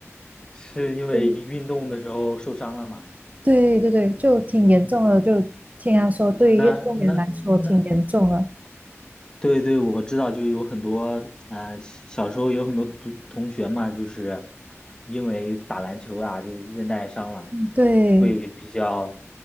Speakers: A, on the left; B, on the right.
A: 是因为运动的时候受伤了嘛？
B: 嗯，对对对，就挺严重的，就听他说，
A: 呃那那那
B: 对于运动员来说挺严重的。
A: 对对，我知道，就有很多呃，小时候有很多同同学嘛，就是因为打篮球啊，就韧带伤了，就会比较
B: 对，